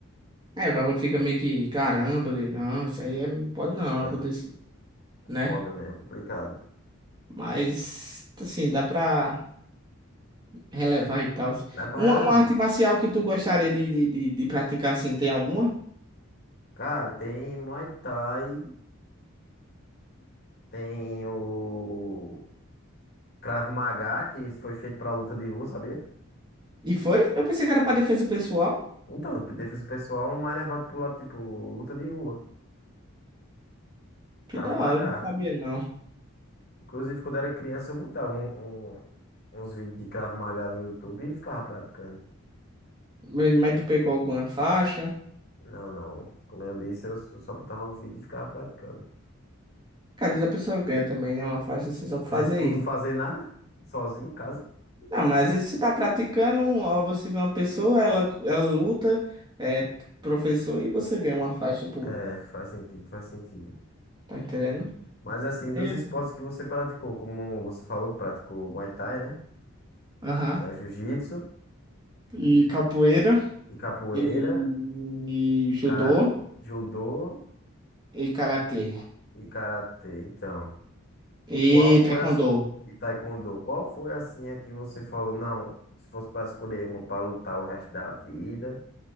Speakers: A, on the right; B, on the left.
A: É, o cara fica meio que, caramba, ele, não, isso aí é, pode
B: Aí
A: não
B: fica
A: acontecer, né?
B: foda mesmo, complicado.
A: Mas, assim, dá pra. relevar e tal.
B: Dá pra
A: Uma,
B: relevar.
A: uma arte marcial que tu gostaria de, de, de, de praticar assim, tem alguma?
B: Cara, tem Muay Thai, tem o Krav Maga, que foi feito pra luta de rua, sabia?
A: E foi? Eu pensei que era pra defesa pessoal.
B: Então, defesa pessoal, é um mais levado pro lado, tipo, luta de rua.
A: Que
B: Krav
A: da
B: Maga.
A: hora, eu não sabia não.
B: Inclusive, quando era criança, eu botava um, um- uns vídeos de Krav Maga no YouTube e ficava praticando.
A: Mas, mas tu pegou alguma faixa?
B: Não, não. Como eu disse, eu só só botava o vídeo e ficava praticando.
A: Cara, às vezes a pessoa ganha também, né? Uma faixa assim, só pra
B: né,
A: fazer
B: por não
A: isso.
B: fazer nada, sozinho em casa.
A: Não, mas às vezes você tá praticando, um, ó, você vê uma pessoa, ela, ela luta, é professor, e você ganha uma faixa, pô.
B: É, faz sentido, faz sentido.
A: Tá entendendo?
B: Mas assim, dos
A: É.
B: esportes que você praticou, como você falou que praticou Muay Thai, né?
A: Aham.
B: É, jiu-jitsu
A: E capoeira,
B: e capoeira,
A: e, e judô,
B: cara, judô
A: e karatê.
B: e karatê. Então,
A: E
B: qual foi
A: taekwondo.
B: a... E taekwondo. Qual foi assim a que você falou, não, se fosse para escolher uma para lutar o resto da vida